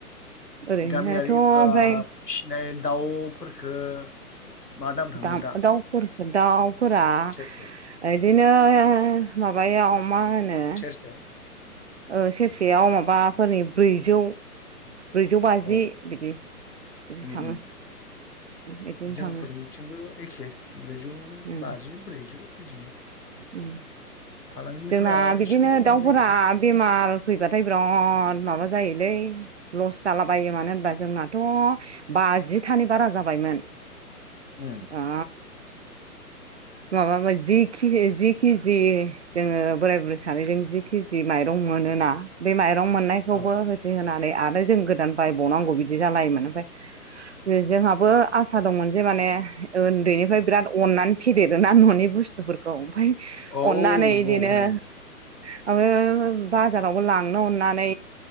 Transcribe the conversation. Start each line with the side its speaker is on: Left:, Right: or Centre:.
Right: ओरैनोथ'
Left: गामियारिफ्रा
Right: ओमफ्राय
Left: फिनाय दाउफोरखो मा दाम थाङो
Right: दाम-दाउ
Left: दा
Right: फोर ओ दाउ फोरा
Left: सेरसेयाव?
Right: बिदिनो माबायाव मा होनो
Left: सेरसेयाव
Right: ओ सेरसेयाव माबा फोरनि ब्रैजौ ब्रैजौ बाजि
Left: औ
Right: बिदि, बिदि
Left: उम
Right: थाङो।
Left: उम उम
Right: बिदिनो
Left: जोंफोरनिथिंबो
Right: थाङो
Left: एखे ब्रैजौ
Right: उम
Left: बाजि, ब्रैजौ। बिदिनो
Right: उम
Left: फालांगिफोरा
Right: जोंना बिदिनो
Left: एसे खम
Right: दाउफोरा
Left: होनो नागिरो
Right: बेमार फैबाथाय बिरा द माबा जायोलै ल'स जालाबायो मानो होनबा जोंनाथ' बाजिथानि बारा जाबायमोन
Left: उम
Right: आ माबाबाय जि किजे-जि किजि जोङो बोराय बुरै सानैजों जि किजि माइरं मोनोना बे माइ रं मोननायखौबो
Left: औ
Right: होसै होनानै आरो जों गोदान बायबावनांगौ बिदि जालायोमोन, ओमफाय ओ जोंहाबो आसा दंमोन जे माने उन्दैनिफ्राय बिराद अननानै फिदेरोना न'नि बुस्थुफोर खौ ओमफाय
Left: औ
Right: अननानै इदिनो
Left: औ नंगौ
Right: <unintelligible> बाजारावबो लांनो अननानै